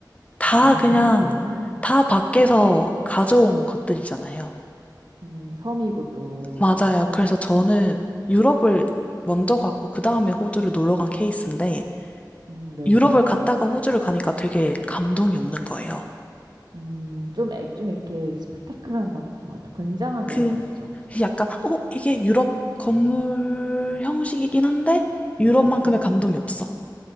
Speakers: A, on the left; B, on the right.
A: 다
B: 아,
A: 그냥
B: 그래요?
A: 다 밖에서 가져온 것들이잖아요.
B: 음, 섬이고 또,
A: 맞아요. 그래서 저는 유럽을 먼저 갔고 그 다음에 호주를 놀러 간 케이스인데
B: 음, 네네.
A: 유럽을 갔다가 호주를 가니까 되게 감동이 없는 거예요.
B: 음, 좀, 액, 좀 이렇게 스펙타클한 막, 막 굉장한
A: 그
B: 이런 건 없죠.
A: 약간 어 이게 유럽 건물 형식이긴 한데 유럽만큼의
B: 음,
A: 감동이 없어.